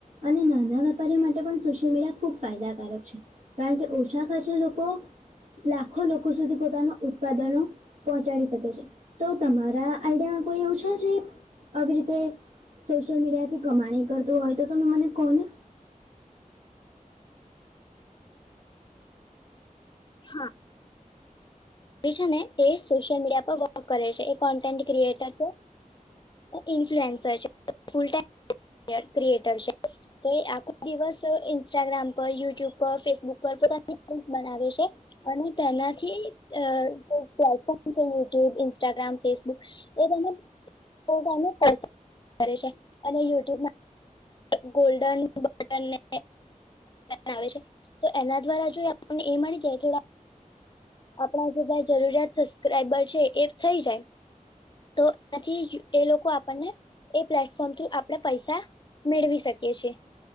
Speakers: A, on the right; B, on the left.
A: અને નાના વેપારીઓ માટે પણ સોશિયલ મીડિયા ખુબ ફાયદાકારક છે કારણ કે ઓછા ખાચ લોકો લાખો લોકો સુધી પોતાના ઉત્પાદનો પહોંચાડી શકે છે તો તમારા આઈડિયામાં કોઈ એવું છે આવી રીતે સોશિયલ મીડિયા થી કમાણી કરતું હોય તો તમે મને કહો ને
B: હા છે ને એ સોશિયલ મીડિયા પર વર્ક કરે છે એ કોન્ટેન્ટ ક્રિએટર છે ઈન્ફ્લુએન્સર છે ફુલ ટાઈમ ક્રિએટર છે તો આખો દિવસ ઇન્સ્ટાગ્રામ પર યુટ્યુબ પર ફેસબુક પર પોતાની ફિલ્મસ બનાવે છે અને તેનાથી જે પ્લેટફોર્મ છે યુટ્યુબ ઇન્સ્ટાગ્રામ ફેસબુક એ તને પસંદ કરે છે અને યુટ્યુબમાં ગોલ્ડન બટન ને આવે છે તો એના દ્વારા જો આપને એ મળી જાય થોડા આપણા <unintelligible> જરૂરિયાત સબસ્ક્રાઈબર છે એ થઇ જાય તો એથી એ લોકો આપણને એ પ્લેટફોર્મ થ્રુ આપડે પૈસા મેળવી શકીએ છે